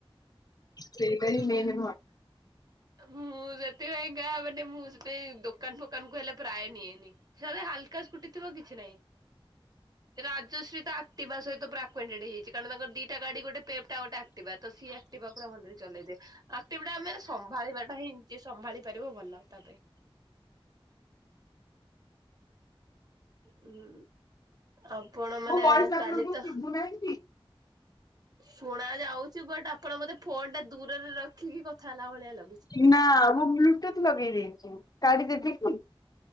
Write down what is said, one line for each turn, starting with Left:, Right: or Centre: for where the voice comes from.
Left: ସେଇଟା ହିଁ ମେନ୍
Right: <unintelligible>
Left: ମୋ
Right: ମୁଁ ସେଥିପାଇଁକା ମାନେ ମୁଁ ସେ ଦୋକାନ୍ ଫୋକାନ୍ କୁ ହେଲେ ପ୍ରାୟ ନିଏନି ହାଲକା ସ୍କୁୁଟି ଥିବ କିଛି ନାଇଁ
Left: <inaudible>
Right: ରାଜଶ୍ରୀ ତା ଆକ୍ଟିଭା ସହିତ ପୁରା ଆକୁଏଣ୍ଟେଡ୍ ହେଇଯାଇଛି। କାରଣ ତାଙ୍କର ଦୁଇଟା ଗାଡ଼ି ଗୋଟେ ପେପ୍ଟ, ଆଉ ଗୋଟେ ଆକ୍ଟିଭା। ତ ସିଏ <unintelligible> ପୁରା ଭଲରେ ଚଲେଇଦିଏ ଆକ୍ଟିଭା <unintelligible> ସମ୍ଭାଳିବା ଟା ହିଁ ଯିଏ ସମ୍ଭାଳି ପାରିବ ଭଲ ତା ପାଇଁ ହୁଁ ଆପଣ ମାନେ
Left: ଭଏସ୍ ଆପଣଙ୍କୁ
Right: କାଲି ତ
Left: ଶୁଭୁନାହିଁ କି?
Right: ଶୁଣା ଯାଉଛି ବଟ୍ ଆପଣ ବୋଧେ ଫୋନ ଟା ଦୂରରେ ରଖିକି କଥା ହେଲା ଭଳିଆ ଲାଗୁଛି।
Left: ନା ମୁଁ ବ୍ଲୁଟୁଥ୍ ଲଗେଇ ଦେଇେଛି କାଢ଼ି ଦେବିକି?